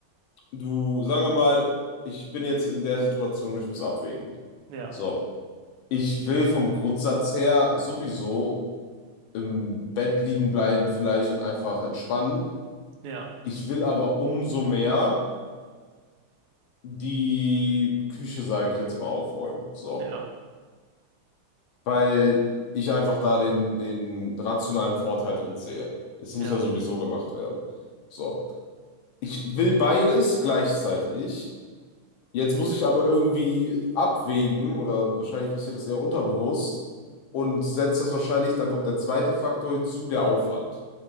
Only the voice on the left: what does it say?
du, sagen wir mal, ich bin jetzt in der Situation, ich muss abwägen.
So. Ich will vom Grundsatz her sowieso im Bett liegen bleiben vielleicht und einfach entspannen.
Ich will aber umso mehr die Küche, sage ich jetzt mal, aufräumen. So.
Weil ich einfach da den, den rationalen Vorteil drin sehe. Es muss
ja sowieso gemacht werden. So. Ich will beides gleichzeitig. Jetzt muss ich aber irgendwie abwägen, oder wahrscheinlich passiert das eher unterbewusst, und setzt das wahrscheinlich, da kommt der zweite Faktor hinzu, der Aufwand.